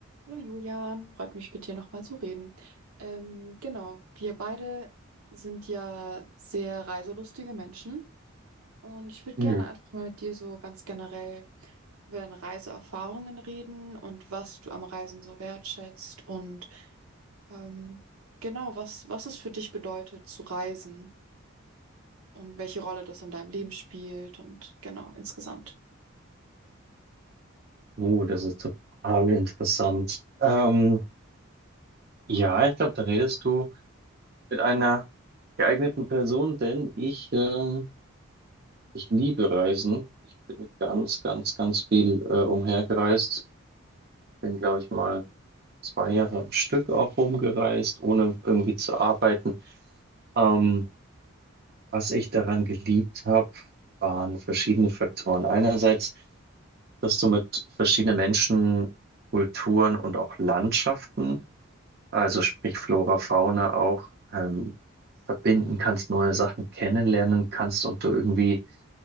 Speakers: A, on the right; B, on the right.
A: Hallo Julian, freut mich mit dir nochmal zu reden. Ähm, genau, wir beide sind ja sehr reiselustige Menschen und ich würde
B: Hm.
A: gerne einfach mal mit dir so ganz generell über deine Reiseerfahrungen reden und was du am Reisen so wertschätzt und ähm, genau, was, was es für dich bedeutet zu reisen und welche Rolle das in deinem Leben spielt und genau, insgesamt.
B: Oh, das ist total interessant. Ähm, ja, ich glaube, da redest du mit einer geeigneten Person, denn ich, ähm, ich liebe Reisen. Ich bin ganz, ganz, ganz viel äh, umhergereist. Bin, glaube ich, mal zwei Jahre am Stück auch rumgereist, ohne irgendwie zu arbeiten. Ähm, was ich daran geliebt habe, waren verschiedene Faktoren. Einerseits, dass du mit verschiedenen Menschen, Kulturen und auch Landschaften Also sprich Flora, Fauna auch ähm, verbinden kannst, neue Sachen kennenlernen kannst und du irgendwie,